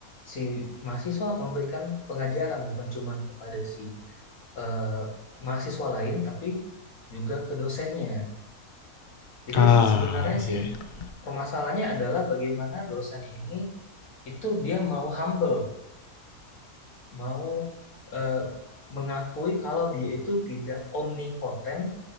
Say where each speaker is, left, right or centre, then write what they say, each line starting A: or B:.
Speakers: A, on the left (about 70°); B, on the left (about 40°).
A: si mahasiswa memberikan pengajaran bukan cuman kepada si eh, mahasiswa lain tapi juga ke dosennya. Jadi
B: Ah,
A: sebenarnya
B: iya.
A: sih
B: iya.
A: permasalahannya adalah bagaimana dosen ini itu dia mau humble, mau eh, mengakui kalau dia itu tidak omnipotent,